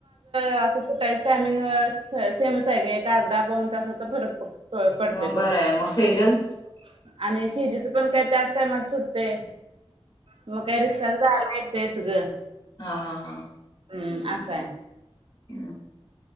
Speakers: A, on the right (about 60°); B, on the left (about 45°).
A: अस टायमिंग सेमच आहे का एक अर्धा पाऊन तसा तर फरक पड पडतेय
B: मग बरं
A: फक्त
B: आहे. मग सेजल
A: आणि शेजचं पण काय जास् टायमात सुटते मग काही रिक्षाला जायला येत इच ग
B: हा हा हा
A: हम्म आसा आहे
B: हम्